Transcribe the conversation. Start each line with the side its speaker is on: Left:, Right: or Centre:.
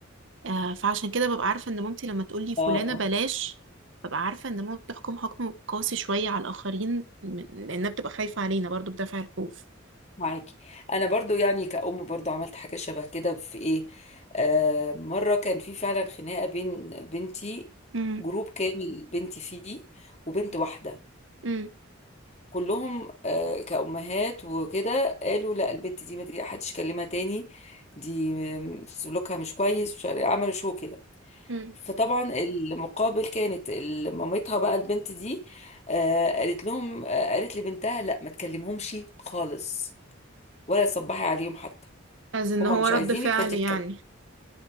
Right: آه، فعشان كده ببقى عارفة ان مامتي لما تقولي فلانة
Left: اه آه.
Right: بلاش ببقى عارفة ان ماما بتحكم حكم قاسي شوية على الآخرين من- لأنها بتبقى خايفة علينا برضو بدافع الخوف
Left: معاكي انا برضو يعني كأم برضو عملت حاجة شبه كده في ايه آه مرة كان في فعلا خناقة بين بنتي
Right: امم
Left: جروب كامل بنتي فيه وبنت واحدة
Right: امم
Left: كلهم آه كأمهات وكده قالوا لا البنت دي ما دي حدش يكلمها تاني دي آم، سلوكها مش كويس مش عارف- إيه، عملوا شو كده
Right: امم
Left: فطبعا المقابل كانت ال- مامتها بقى البنت دي آه قالت لهم آه قالت لبنتها لا ما تكلمهمش خالص ولا تصبحي عليهم حتى
Right: از ان
Left: هما
Right: هو
Left: مش
Right: رد
Left: عايزينك
Right: فعل
Left: فانت
Right: يعني
Left: بتكلمي